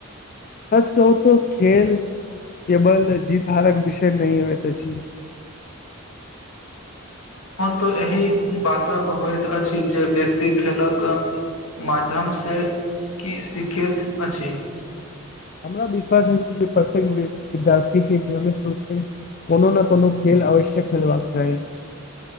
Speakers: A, on the left; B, on the left.
A: सच कहू त खेल केबल जीत हारक विषय नहि होइत अछि
B: तऽ एहि बातक होइत अछि जे व्यक्ति खेलक माध्यमसँ की सीखैत अछि
A: हमरा विश्वास अछि जे प्रत्येक विद्यार्थी के नियमित रूप से कोनो ने कोनो खेल अवश्ये खेलबाक चाही